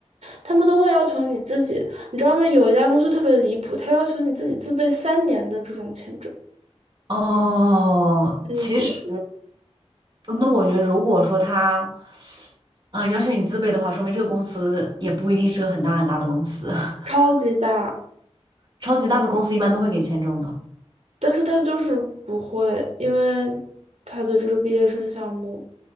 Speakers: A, on the right; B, on the right.
A: 他们都会要求你自己你知道吗？有一家公司特别离谱，他要求你自己自备三年的这种签证，
B: 哦，
A: 这一
B: 其实那我觉得，如果说他，嗯、要求你自备的话，说明这个公司也不一定是个很大很大的公司，<laughs>
A: 超级大，
B: 超级大的公司一般都会给签证的。
A: 但是他就是不会，因为他的这个毕业生项目，